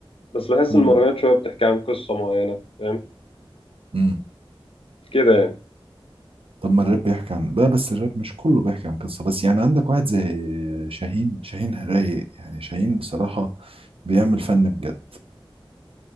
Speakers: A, on the left; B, on the right.
A: بس بحس
B: مم.
A: ان المهرجانات شويه بتحكي عن قصه معينه فاهم
B: مم.
A: كده يعني
B: طب ما الراب بيحكي عن بقى بس الراب مش كله بيحكي عن قصة بس يعني عندك واحد زي شاهين شاهين رايق يعني شاهين بصراحة بيعمل فن بجد